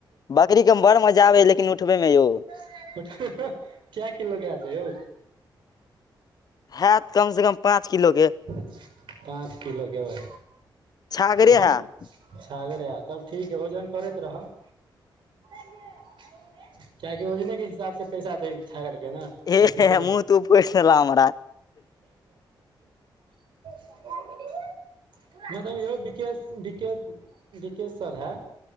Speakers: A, on the left; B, on the right.
A: बकरी के बड़ मजा आबे लेकिन उठबे मे यौ।
B: <unintelligible> कय किलो के हाय छै यो।
A: हैत कम से कम पाँच किलो के।
B: पाँच किलो केबै
A: छागरे
B: हम
A: हैत
B: छागरे ह तब ठीक है, वजन करैत रहब। <inaudible> किआकि ओजने के हिसाब सँ पैसा दय है, छागर के ने।
A: हे-
B: खस्सी
A: हे
B: के
A: मुँह तू पॉयस दले हमरा।
B: <unintelligible> मतलब यौ बिक बिक बिकेश सर है,